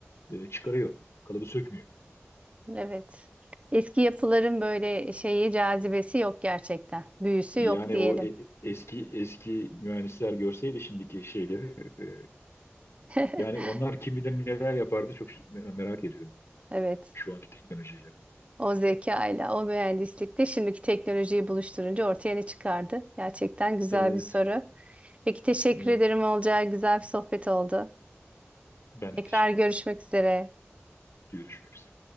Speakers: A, on the left (about 70°); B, on the right (about 30°).
A: e, çıkarıyor. Kalıbı sökmüyor.
B: Evet. Eski yapıların böyle şeyi cazibesi yok gerçekten. Büyüsü
A: Yani
B: yok diyelim.
A: o e- eski eski mühendisler görseydi şimdiki şeyleri e,
B: <laughs>
A: yani onlar kim bilir neler yapardı çok şey- me- merak ediyorum
B: Evet.
A: şu anki teknolojiyle.
B: O zekayla, o mühendislikte şimdiki teknolojiyi buluşturunca ortaya ne çıkardı? Gerçekten güzel
A: Evet,
B: bir soru. Peki teşekkür
A: evet.
B: ederim Olcay. Güzel bir sohbet oldu.
A: Ben
B: Tekrar
A: de teşekkür
B: görüşmek üzere.
A: Görüşmek üzere.